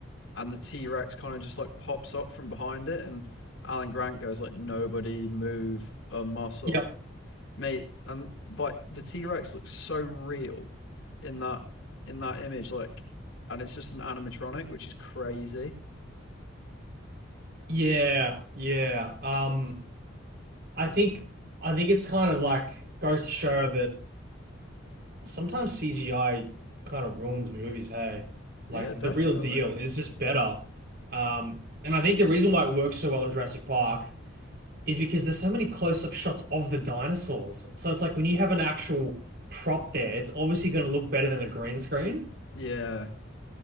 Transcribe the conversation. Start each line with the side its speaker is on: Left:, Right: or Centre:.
Left: and the T Rex kind of just like pops up from behind it and Alan Grant goes like nobody move a muscle.
Right: Yep.
Left: Mate, and like the T Rex looks so real in that in that image, like and it's just an animatronic, which is crazy.
Right: Yeah, yeah. Um, I think I think it's kind of like goes to show that sometimes CGI kind of ruins movies, hey.
Left: Yeah,
Right: Like the
Left: definitely.
Right: real deal is just better. Um, and I think the reason why it works so well in Jurassic Park is because there's so many close-up shots of the dinosaurs. So it's like when you have an actual prop there, it's obviously going to look better than a green screen.
Left: Yeah.